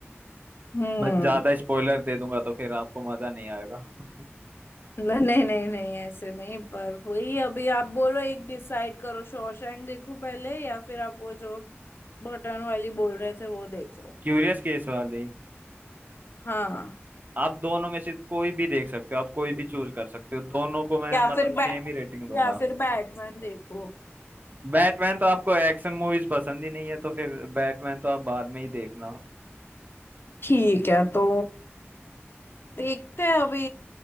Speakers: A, on the left (about 55°); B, on the right (about 40°).
A: हम्म
B: मैं ज्यादा स्पॉइलर दे दूंगा तो फिर आपको मजा नहीं आएगा <laughs>
A: नहीं नहीं नहीं नहीं ऐसे नहीं पर वही अभी आप बोलो एक डिसाइड करो शॉशैंक देखूं पहले या फिर आप वो जो बटन वाली बोल रहे थे वो देखो
B: क्यूरियस केस वाली
A: हाँ
B: आप दोनों में से कोई भी देख सकते हो आप कोई भी चूज कर सकते हो दोनों को मैं
A: या
B: मतलब
A: फिर बैट
B: सेम ही रेटिंग दूंगा
A: या फिर बैटमैन देखो
B: बैटमैन तो आपको एक्शन मूवीज पसंद ही नहीं है तो फिर बैटमैन तो आप बाद में ही देखना
A: ठीक है तो देखते हैं अभी